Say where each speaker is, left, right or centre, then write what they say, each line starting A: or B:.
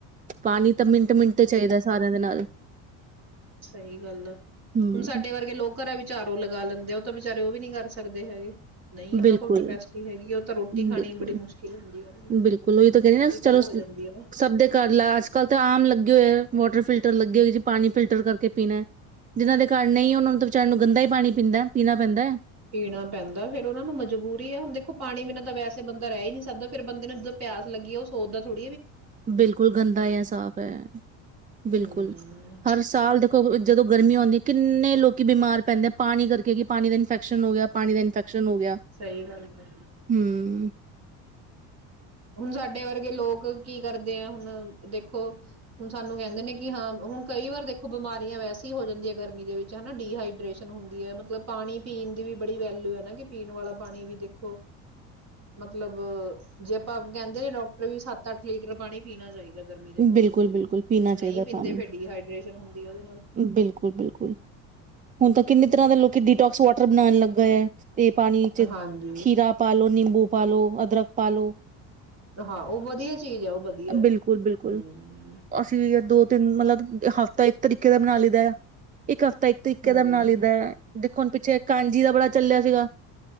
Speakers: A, on the right (about 20°); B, on the right (about 40°).
A: ਪਾਣੀ ਤਾਂ ਮਿੰਟ ਮਿੰਟ ਚਾਹੀਦਾ ਸਾਰਿਆਂ ਦੇ ਨਾਲ।
B: ਸਹੀ ਗੱਲ ਆ ਹੁਣ
A: ਹਮ
B: ਸਾਡੇ ਵਰਗੇ ਲੋਕ ਘਰਾਂ ਵਿਚ ਆਰ ਓ ਲਗਾ ਲੈਂਦੇ ਆ। ਤਾਂ ਵਿਚਾਰੇ ਉਹ ਵੀ ਨੀ ਕਰ ਸਕਦੇ ਹੈਗੇ। ਨਹੀਂ ਉਹਨਾਂ
A: ਬਿਲਕੁਲ
B: ਕੋਲ ਕਪੈਸਿਟੀ ਹੈਗੀ ਉਹ ਤਾਂ ਰੋਟੀ ਖਾਣੀ
A: ਬਿਲਕੁਲ
B: ਬੜੀ ਮੁਸ਼ਕਿਲ ਹੁੰਦੀ ਆ ਉਹਨਾਂ ਨੂੰ
A: ਬਿਲਕੁਲ ਉਹੀ ਤਾਂ ਕਹਿੰਣੀ ਨਾ ਚਲੋ
B: ਗੱਲ ਹੋ ਜਾਂਦੀ ਹੈ ਨਾ।
A: ਸਭ ਦੇ ਘਰ ਆਜ ਕੱਲ ਤਾਂ ਆਮ ਲੱਗੇ ਹੋਏ ਆ ਵਾਟਰ ਫਿਲਟਰ ਲੱਗੇ ਹੋਏ ਜੀ ਪਾਣੀ। ਫਿਲਟਰ ਕਰਕੇ ਪੀਣਾ ਜਿਹਨਾਂ ਦੇ। ਘਰ ਨਹੀਂ ਉਹਨਾਂ ਨੂੰ ਤਾਂ ਵਿਚਾਰਿਆਂ ਨੂੰ ਗੰਦਾ ਈ ਪਾਣੀ ਪੀਂਦਾ ਪੀਣਾ ਪੈਂਦਾ ਹੈ।
B: ਪੀਣਾ ਪੈਂਦਾ ਫੇਰ ਉਹਨਾਂ ਨੂੰ ਮਜਬੂਰੀ ਆ ਹੁਣ ਦੇਖੋ, ਪਾਣੀ ਬਿਨਾਂ ਤਾਂ ਵੈਸੇ ਬੰਦਾ ਰਹਿ ਹੀ ਨੀ ਸਕਦਾ ਫੇਰ ਬੰਦੇ ਨੂੰ ਜਦੋਂ ਪਿਆਸ ਲੱਗੀ ਆ ਉਹ ਸੋਚਦਾ ਥੋੜ੍ਹਾ
A: ਬਿਲਕੁਲ ਗੰਦਾ ਜਾਂ ਸਾਫ਼ ਹੈ, ਬਿਲਕੁਲ
B: ਹੂੰ
A: ਹਰ ਸਾਲ ਦੇਖੋ ਜਦੋਂ ਗਰਮੀ ਆਉਂਦੀ। ਕਿੰਨੇ ਲੋਕ ਬਿਮਾਰ ਪੈਂਦੇ ਪਾਣੀ ਕਰਕੇ ਕਿ ਪਾਣੀ ਦਾ ਇਨਫੈਕਸ਼ਨ ਹੋ ਗਿਆ ਪਾਣੀ ਦਾ ਇਨ ਫੈਕਸਨ ਹੋ ਗਿਆ
B: ਸਹੀ ਗੱਲ ਹੈ।
A: ਹੂੰ,
B: ਹੁਣ ਸਾਡੇ ਵਰਗੇ ਲੋਕ, ਕੀ ਕਰਦੇ ਆ ਹੁਣ ਦੇਖੋ, ਹੁਣ ਸਾਨੂੰ ਕਹਿੰਦੇ ਨੇ ਕਿ ਹਾਂ ਹੁਣ ਕਈ ਵਾਰ ਦੇਖੋ ਬਿਮਾਰੀਆਂ ਵੈਸੇ ਹੋ ਜਾਂਦੀਆਂ ਹੈ ਗਰਮੀ ਦੇ ਵਿੱਚ ਹਨਾ ਡੀਹਾਈਡ੍ਰੇਸ਼ਨ ਹੁੰਦੀ ਹੈ ਮਤਲਬ ਪਾਣੀ ਪੀਣ ਦੀ ਵੀ ਬੜੀ ਵੈਲਊ ਹੈ ਨਾ ਕਿ ਪੀਣ ਵਾਲਾ ਪਾਣੀ ਵੀ ਦੇਖੋ। ਮਤਲਬ ਜੇ, ਕਹਿੰਦੇ ਨੇ ਡਾਕਟਰ ਵੀ ਸੱਤ ਅੱਠ ਲੀਟਰ ਪਾਣੀ ਪੀਣਾ ਚਾਹੀਦਾ। ਗਰਮੀ ਦੇ ਮੌਸਮ
A: ਬਿਲਕੁਲ
B: ਦੇ ਵਿੱਚ
A: ਬਿਲਕੁਲ ਪੀਣਾ
B: ਜੇ ਨਹੀਂ
A: ਚਾਹੀਦਾ
B: ਪੀਂਦੇ
A: ਪਾਣੀ
B: ਫਿਰ ਡੀਹਾਈਡ੍ਰੇਸ਼ਨ ਹੁੰਦੀ ਆ ਉਹਦੇ ਨਾਲ
A: ਬਿਲਕੁਲ ਬਿਲਕੁਲ ਹੁਣ ਤਾਂ ਕਿੰਨੇ ਤਰ੍ਹਾਂ ਦੇ ਲੋਕੀ ਡਿਟੋਕਸ ਵਾਟਰ ਬਣਾਉਣ ਲੱਗਾ ਹੈ। ਤੇ ਪਾਣੀ ਚ
B: ਹਾਂਜੀ
A: ਖੀਰਾ ਪਾਲੋ ਨਿੰਬੂ ਪਾਲੋ ਅਦਰਕ, ਪਾਲੋ,
B: ਹਾਂ ਉਹ ਵਧੀਆ ਚੀਜ਼ ਹੈ ਉਹ ਵਧੀਆ,
A: ਬਿਲਕੁਲ ਬਿਲਕੁਲ
B: ਹੂੰ,
A: ਅਸੀਂ ਵੀ ਦੋ ਤਿੰਨ ਮਤਲਬ ਹਫ਼ਤਾ ਇੱਕ ਤਰੀਕੇ ਦਾ ਬਣਾ ਲਈਦਾ ਆ ਇੱਕ ਹਫ਼ਤ ਤਾਂ ਇੱਕ ਤੇ ਇੱਕਦਮ
B: ਹਮ
A: ਨਾਂ ਲਈਦੈ ਦੇਖੋ ਹੁਣ ਪਿੱਛੇ ਕਾਂਜੀ ਦਾ ਬੜਾ ਚੱਲਿਆ ਸੀਗਾ।